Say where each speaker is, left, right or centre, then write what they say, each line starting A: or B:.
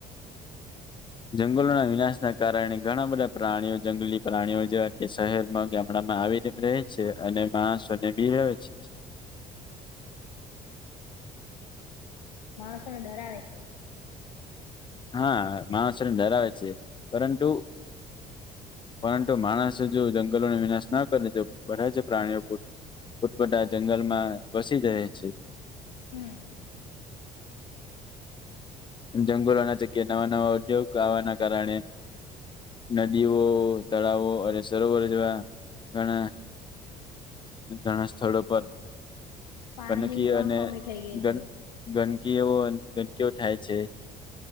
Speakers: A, on the left; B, on the left.
A: જંગલોના વિનાશ ના કારણે ઘણા બધા પ્રાણીઓ જંગલી પ્રાણીઓ જેવા કે શહેરમાં, ગામડામાં આવીને રહે છે અને માણસો અને બી રહે છે.
B: માણસોને ડરાવે છે.
A: હા માણસોને ડરાવે છે. પરંતુ પરંતુ માણસ જો જંગલોને વિનાશ ના કરે તો બધા જ પ્રાણીઓ પોત પોત પોતા જંગલમાં વસી જાય છે.
B: હમ્મ
A: અને જંગલોના જગ્યા નવા નવા ઉદ્યોગ આવાના કારણે નદીઓ, તળાવો અને સરોવર જેવા ઘણા ઘણા સ્થળો પર
B: પાણીની
A: ગંદકી
B: બી પણ
A: અને
B: કમી થઈ ગઈ
A: <unintelligible>
B: છે
A: ગંદકીઓ, ગંદકીઓ થાય છે.